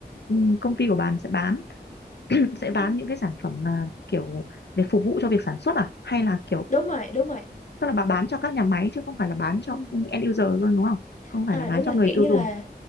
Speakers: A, on the left; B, on the left.
A: ừm, công ty của bạn sẽ bán <clears throat> sẽ
B: ừ.
A: bán những cái sản phẩm mà kiểu để phục vụ cho việc sản xuất à hay là kiểu
B: đúng rồi đúng rồi
A: tức là bạn bán cho các nhà máy chứ không phải là bán cho
B: Ừ.
A: end user luôn đúng không? Không
B: à
A: phải là bán
B: đúng
A: cho
B: rồi
A: người
B: kiểu
A: tiêu
B: như
A: dùng.
B: là